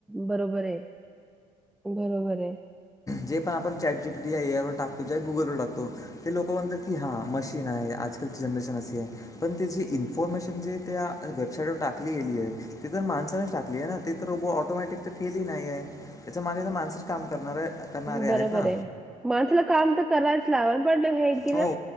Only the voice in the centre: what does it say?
बरोबर आहे, बरोबर आहे.
बरोबर
आहे. माणसाला काम तर कराव च लागल पण ते हे की ना